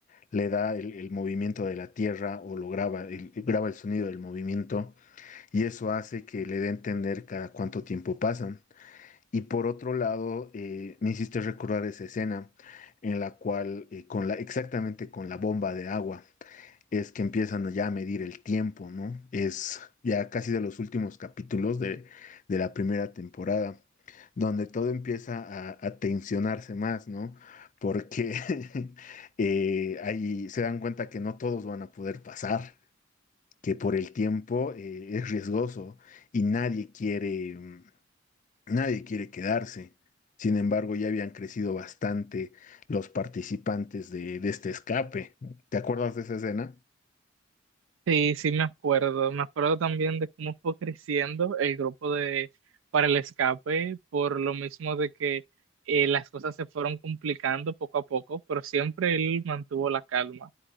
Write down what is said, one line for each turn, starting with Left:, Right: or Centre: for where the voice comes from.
Left: le da el, el movimiento de la tierra o lo graba, el- graba el sonido del movimiento y eso hace que le dé a entender cada cuánto tiempo pasan. Y por otro lado, eh, me hiciste recordar esa escena en la cual, eh, con la, exactamente con la bomba de agua es que empiezan ya a medir el tiempo, ¿no? Es ya casi de los últimos capítulos de, de la primera temporada, donde todo empieza a, a tensionarse más, ¿no? Porque <laughs> eh, ahí se dan cuenta que no todos van a poder pasar, que por el tiempo eh, es riesgoso y nadie quiere, mm, nadie quiere quedarse. Sin embargo, ya habían crecido bastante los participantes de, de este escape. ¿Te acuerdas de esa escena?
Right: Sí, sí me acuerdo. Me acuerdo también de cómo fue creciendo el grupo de para el escape, por lo mismo de que eh, las cosas se fueron complicando poco a poco, pero siempre él mantuvo la calma.